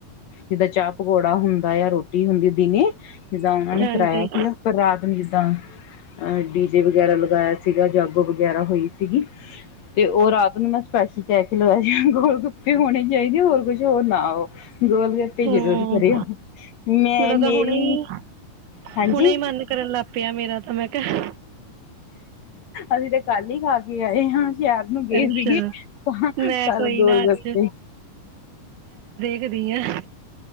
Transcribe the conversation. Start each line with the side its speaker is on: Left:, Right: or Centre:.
Left: ਜਿੱਦਾਂ ਚਾਹ ਪਕੌੜਾ ਹੁੰਦਾ ਜਾਂ ਰੋਟੀ ਹੁੰਦੀ ਦਿਨੇ ਜਿੱਦਾਂ ਉਹਨਾ ਨੇ
Right: ਹਾਂਜੀ
Left: ਕਰਵਾਾਇਆ ਸੀਗਾ ਪਰ ਰਾਤ ਨੂੰ ਜਿੱਦਾਂ ਅਹ ਡੀਜੇ ਵਗੈਰਾ ਲਗਾਇਆ ਸੀਗਾ ਜਗ ਵਗੈਰਾ ਹੋਈ ਸੀਗੀ ਤੇ ਉਹ ਰਾਤ ਨੂੰ ਮੈਂ ਸਪਸ਼ ਕਹਿ ਕਿ ਲੋ ਜ ਗੋਲ ਗੁੱਪੇ ਹੋਣੇ ਚਾਹੀਦੇ ਹੋਰ ਕੁਛ ਹੋਰ ਨਾ ਹੋ। ਗੋਲ ਗਪੀ
Right: ਹੂੰ
Left: ਜ਼ਰੂਰ ਕਰਿਓ ਮੈਂ
Right: ਮੇਰਾ ਤਾਂ
Left: ਮੇਰੀ
Right: ਹੁਣੇ ਹੀ
Left: ਹਾਂਜੀ
Right: ਹੁਣੇ ਹੀ ਮਨ ਕਰਨ ਲੱਗ ਪਿਆ ਮੇਰਾ ਤਾਂ ਮੈਂ ਕਿਹਾ
Left: ਅਸੀਂ ਤੇ ਕੱਲ ਹੀ ਖਾ ਕੇ ਆਏ ਹਾਂ। ਸ਼ਹਿਰ ਨੂੰ ਗਏ
Right: ਅੱਛਾ
Left: ਸੀਗੇ
Right: ਮੈਂ
Left: ਕੱਲ
Right: ਕੋਈ
Left: ਗੋਲ
Right: ਨਾ ਅੱਜ
Left: ਰੱਸਤੇ
Right: ਦੀਆਂ ਹੈ।